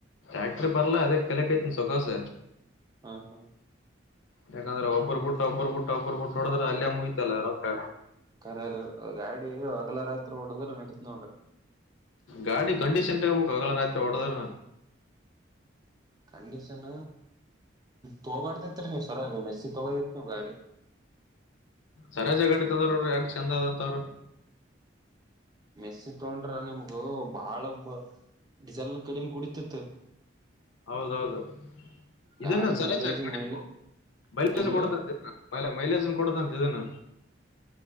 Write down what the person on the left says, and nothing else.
ಟ್ಯಾಕ್ಟರ್ ಪರಲ ಅದೇ ಪಲೆ ಕಯ್ತನ ಸೊಖಾವಸ
ಯಾಕಂದ್ರೆ ಒಬ್ಬರು ಬ ಬಿಟ್ಟ ಒಬ್ಬರು ಬ ಬಿಟ್ಟ ಒಬ್ಬರು ಬಿಟ್ಟ ಹೊಡದ್ರ ಅಲ್ಲಿಯ ಮುಗತಲ್ಲ ರೊಕ್ಕ
ಗಾಡಿ ಕಂಡೀಷನ್ಟ ಆಗಲ್ಲ ರಾತ್ರಿ ಓಡದಾರ
ಸರಾಜಗಾಡಿ ತಂದ್ರವರು ಯಾಕೆ ಚೆಂದ ಅದಂತವರು
ಹೌದೌದು ಇದನ್ನ
ಸರಜ
ಕಡಿಮು
ಮೈಲಜನ್
ಕೊಡತಂತ ಇದ ಮೈ ಮೈಲೇಜನ್ ಕೊಡತಂತ ಇದಾನ